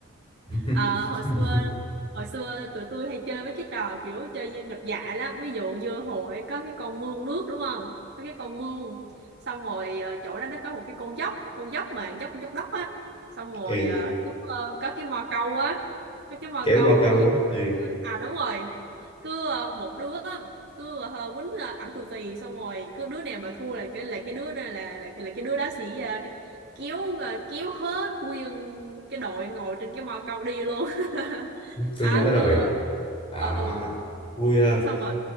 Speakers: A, on the left; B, on the right.
A: <laughs>
B: Ờ, hồi xưa hồi xưa tụi tôi hay chơi mấy cái trò kiểu chơi như nghịch dại lắm ví dụ như hồi có cái con mương nước đúng không có cái con mương xong rồi ờ, chỗ đó nó có một cái con dốc con dốc mà dốc dốc đất á xong rồi
A: ừ
B: ờ, cứ ờ, có cái mò câu á có cái mò
A: kiểu
B: câu
A: bao câu
B: với
A: á ừ
B: à đúng rồi cứ ờ, một đứa cứ ờ, quýnh ờ, ẩn tù tì xong rồi cứ đứa nào mà thua là cái là cái đứa đó là là là cái đứa đó sẽ ờ, kiếu rồi kiếu hết nguyên cái đội ngồi trên cái mo cầu đi luôn <laughs>
A: tôi
B: à
A: nhớ rồi
B: cứ
A: à
B: ờ, ừ
A: vui ha
B: xong rồi